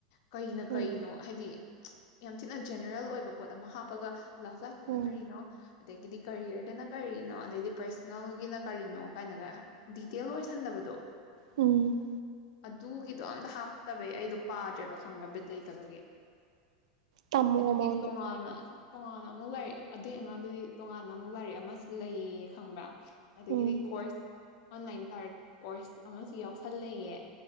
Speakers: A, on the left (about 55°); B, on the right (about 80°).
A: ꯀꯩꯅ
B: ꯎꯝ
A: ꯀꯩꯅꯣ ꯍꯥꯏꯗꯤ ꯌꯥꯝ ꯊꯤꯅ ꯖꯦꯅꯔꯦꯜ ꯑꯣꯏꯕ ꯄꯣꯠ ꯑꯃ ꯍꯥꯞꯄꯒ ꯂꯞ ꯂꯥꯏꯐꯇꯅ
B: ꯎꯝ
A: ꯀꯔꯤꯅꯣ ꯑꯗꯒꯤꯗꯤ ꯀꯔꯤꯌꯔꯗꯅ ꯀꯔꯤꯅꯣ ꯑꯗꯩꯗꯤ ꯄꯔꯁꯅꯦꯜꯒꯤꯅ ꯀꯔꯤꯅꯣ ꯀꯥꯏꯅꯒ ꯗꯤꯇꯦꯜ ꯑꯣꯏꯁꯟꯗꯕꯗꯣ
B: ꯎꯝ
A: ꯑꯗꯨꯒꯤꯗꯣ ꯑꯝꯇ ꯍꯥꯞꯇꯕꯩ ꯑꯩꯗꯣ ꯄꯥꯗ꯭ꯔꯦꯕ ꯈꯪꯕ꯭ꯔ ꯕꯤꯠ ꯂꯩꯇꯕꯒꯤ
B: ꯇꯝꯃꯣ
A: ꯑꯗꯨꯒꯤ
B: ꯃꯉꯣꯟꯗ
A: ꯇꯣꯉꯥꯟꯅ ꯇꯣꯉꯥꯟꯅ ꯑꯃꯨꯛ ꯂꯥꯏꯔꯤꯛ ꯑꯗꯨꯒꯤ ꯑꯉꯥꯡꯗꯨꯗꯤ ꯇꯣꯉꯥꯟꯅ ꯑꯃꯨꯛ ꯂꯥꯏꯔꯤꯛ ꯑꯃꯁꯨ ꯂꯩꯌꯦ ꯈꯪꯕ꯭ꯔꯥ ꯑꯗꯒꯤꯗꯤ
B: ꯎꯝ
A: ꯀꯣꯔꯁ ꯑꯣꯟꯂꯥꯏꯟ ꯇꯥꯔ ꯀꯣꯔꯁ ꯑꯃꯁꯨ ꯌꯥꯎꯁꯜꯂꯌꯦ